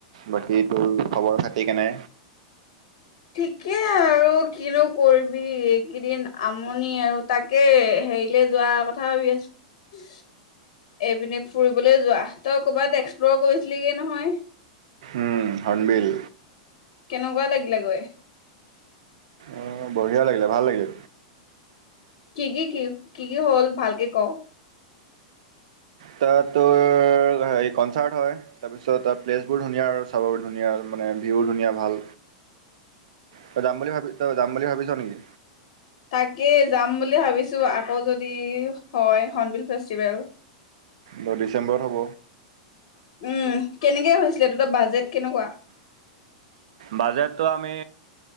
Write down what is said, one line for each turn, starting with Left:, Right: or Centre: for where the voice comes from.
Right: বাকী তোৰ খবৰ খাতি কেনে?
Left: থিকে আৰু কিনো কৰবি এই কেইদিন মনি আৰু তাকে হেৰিলৈ যোৱা কথা ভাবি আছো। এইপিনে ফুৰিবলৈ যোৱা তই ক'বাত এক্সপ্লৰ কৰিছিলিগে নহয়।
Right: উম, হৰ্ণবিল।
Left: কেনেকুৱা লাগি গৈ।
Right: অহ ', বঢ়িয়া লাগিলে ভাল লাগিলে।
Left: কি- কি - কি কি- কি - কি হ'ল ভালকে ক?
Right: তাত তোৰ হেৰি কনচাৰ্ট হয় তাৰপিছত তাৰ প্লেচবোৰ ধুনীয়া আৰু চাব ধুনীয়া মানে ভিউ ধুনীয়া ভাল। ত' যাম বুলি ভাবি তই যাম বুলি ভাবিছ নেকি?
Left: তাকেই যাম বুলি ভাবিছো আকৌ যদি হয় হৰ্ণবিল ফেষ্টিভেল।
Right: দহ ডিচেম্বৰ হ'ব।
Left: উম কেনেকে হৈছিলে তহঁতৰ বাজেট কেনেকুৱা
Right: বাজেটটো আমি